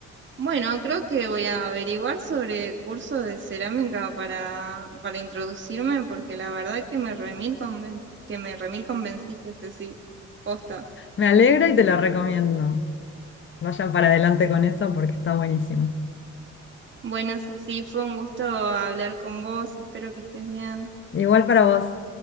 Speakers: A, on the right; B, on the left.
A: Bueno, creo que voy a averiguar sobre cursos de cerámica para, para introducirme, porque la verdad que me remil conven- que me remil convenciste, Ceci. Posta.
B: Me alegra y te lo recomiendo. Vayan para adelante con eso porque está buenísimo.
A: Bueno, Ceci, fue un gusto hablar con vos. Espero que estés bien.
B: Igual para vos.